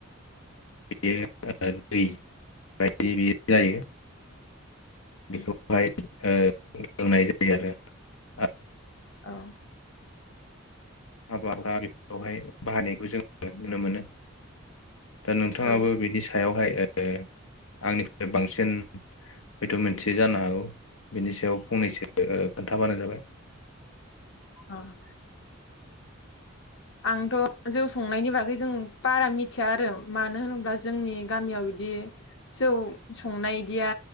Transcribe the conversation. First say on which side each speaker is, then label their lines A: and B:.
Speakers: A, on the left; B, on the left.
A: बेयो दै बायदि बेयो जायो। बेखौहाय ओह फोरोंनाय जायो आरो आं
B: अह
A: हाबा हुखा बेफोरावहाय बाहायनायखौ जोङो नुनो मोनो। दा नोंथाङाबो
B: औ औ
A: बिनि सायावहाय ओ ओ आंनिफ्राय बांसिन हयथ' मोनथिया जानो हागौ बिनि सायाव फंनैसो खोन्थाबानो जाबाय
B: अह आंथ' जौ संनायनि बागै जों बारा मिथिया आरो मानो होनोब्ला जोंनि गामियाव बिदि जौ संनाय इदिया